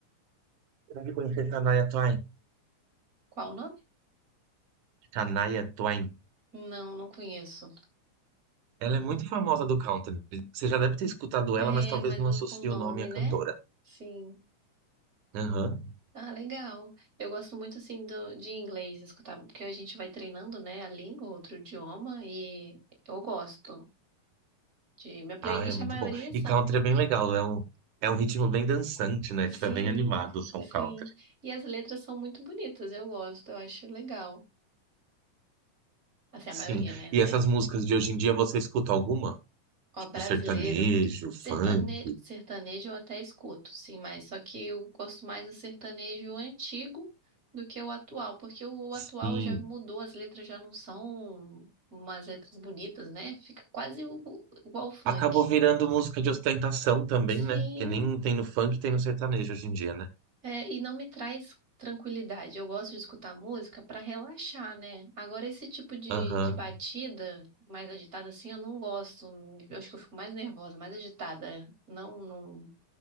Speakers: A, on the right; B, on the right.
A: deve conhecer Shania Twain.
B: Qual o nome?
A: Shania Twain.
B: Não, não conheço.
A: Ela é muito famosa do country. Você já deve ter escutado
B: É,
A: ela, mas talvez
B: mas
A: não
B: o,
A: associe
B: o nome,
A: o nome à cantora.
B: né? Sim.
A: Aham.
B: Ah, legal. Eu gosto muito, assim, do, de inglês escutar, porque a gente vai treinando, né, a língua, outro idioma, e eu gosto de... Minha playlist,
A: Ah, é muito
B: a maioria
A: bom.
B: são.
A: E country é bem legal, é um, é um ritmo bem dançante, né?
B: Sim,
A: Tipo, é bem animado o som
B: sim.
A: country.
B: E as letras são muito bonitas, eu gosto, eu acho legal. Assim, a
A: Sim.
B: maioria, né?
A: E essas músicas de hoje em dia, você escuta alguma?
B: Ó,
A: Tipo,
B: brasileiro,
A: sertanejo,
B: sertane...
A: funk,
B: sertanejo eu até escuto, sim, mas só que eu gosto mais do sertanejo antigo do que o atual, porque o, o
A: sim.
B: atual já mudou, as letras já não são umas letras bonitas, né? Fica quase o- o- igual o funk.
A: Acabou virando música de ostentação também,
B: Sim,
A: né? Porque nem tem no funk, tem no sertanejo hoje em dia, né?
B: é, e não me traz tranquilidade. Eu gosto de escutar música para relaxar, né? Agora, esse tipo de,
A: Aham.
B: de batida mais agitada assim, eu não gosto. Eu acho que eu fico mais nervosa, mais agitada. Não, não.